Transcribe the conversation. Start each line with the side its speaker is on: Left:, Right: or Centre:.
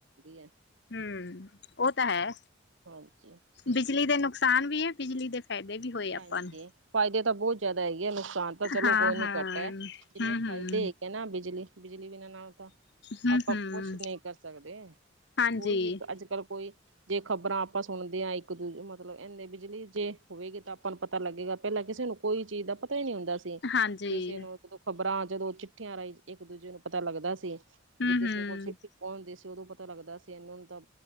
Right: ਹੈ
Left: ਹੂੰ ਉਹ ਤਾਂ ਹੈ।
Right: ਹਾਂਜੀ ਠੀਕ
Left: ਬਿਜਲੀ
Right: ਹੈ
Left: ਦੇ ਨੁਕਸਾਨ ਵੀ ਏ ਬਿਜਲੀ ਦੇ ਫੈਦੇ ਵੀ ਹੋਏ। ਆਪਾਂ
Right: ਹਾਂਜੀ
Left: ਨੂੰ
Right: ਫ਼ਾਇਦੇ ਤਾਂ ਬੋਤ ਜਾਦਾ ਹੈਗੇ ਐ ਨੂ ਸਾਨ ਤਾ ਚਲੋ
Left: ਹਾਂ-ਹਾਂ
Right: ਕੋਈ ਨੀ ਕੱਟ ਐ ਜਿੰਨੇ
Left: ਹੂੰ-ਹੂੰ
Right: ਫਾਇਦੇ ਹੇਗੇ ਨਾ ਬਿਜਲੀ-ਬਿਜਲੀ ਬਿਨਾਂ ਨਾ ਤਾਂ
Left: ਹੂੰ-ਹੂੰ
Right: ਆਪਾਂ ਕੁਛ ਨੀ ਕਰ ਸਕਦੇ
Left: ਹਾਂਜੀ
Right: ਕੋਈ ਵੀ ਅੱਜ ਕੱਲ ਕੋਈ ਜੇ ਖ਼ਬਰਾਂ ਆਪਾਂ ਸੁਣਦੇ ਆ ਇੱਕ ਦੂ ਮਤਲਬ ਇਨੇ ਬਿਜਲੀ ਜੇ ਹੋਵੇਗੀ ਤਾਂ ਤਾਨੂੰ ਨੂੰ ਪਤਾ ਲੱਗੇਗਾ ਪੈਲਾਂ ਕਿਸੇ ਨੂੰ ਕੋਈ ਚੀਜ਼ ਦਾ ਪਤਾ ਹੀ ਨੀ ਹੁੰਦਾ
Left: ਹਾਂਜੀ,
Right: ਕਿਸੀ ਨੂੰ ਜਦੋਂ ਖ਼ਬਰਾਂ ਜਦੋਂ ਚਿੱਠੀਆਂ ਰਾਈ ਇੱਕ ਦੂਜੇ ਨੂੰ ਪਤਾ ਲੱਗਦਾ ਸੀ।
Left: ਹੂੰ-ਹੂੰ,
Right: ਵੀ ਕਿਸੇ ਕੋਲ ਚਿੱਠੀ ਪੋਦੀ ਸੀ ਉਦੋਂ ਪਤਾ ਪਤਾ ਲੱਗਦਾ ਸੀ ਇਨਾਂ ਨੂੰ ਤਾਂ